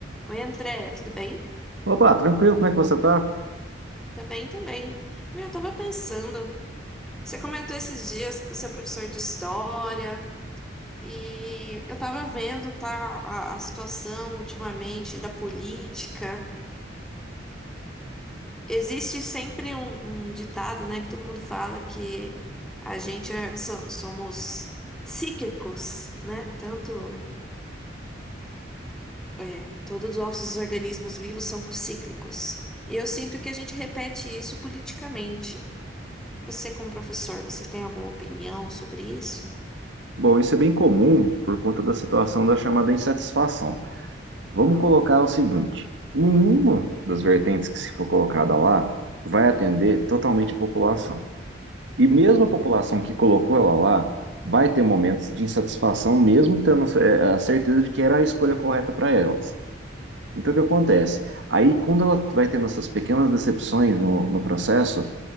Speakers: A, in the centre; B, on the right.
A: Oi, André, tudo bem?
B: Opa, tranquilo, como é que você tá?
A: Tá bem também. Meu, eu tava pensando, você comentou esses dias que você é professor de história e eu tava vendo, tá, a, a situação ultimamente da política. Existe sempre um, um ditado, né, que todo mundo fala que a gente é- so- somos cíclicos, né? Tanto, é, todos os nossos organismos vivos são cíclicos. E eu sinto que a gente repete isso politicamente. Você, como professor, você tem alguma opinião sobre isso?
B: Bom, isso é bem comum por conta da situação da chamada insatisfação. Vamos colocar o seguinte: nenhuma das vertentes que se for colocada lá vai atender totalmente a população. E
A: Uhum.
B: mesmo a população que colocou ela lá vai ter momentos de insatisfação, mesmo tendo é, a certeza de que era a escolha correta para elas. Então, o que acontece? Aí, quando ela vai tendo essas pequenas decepções no, no processo,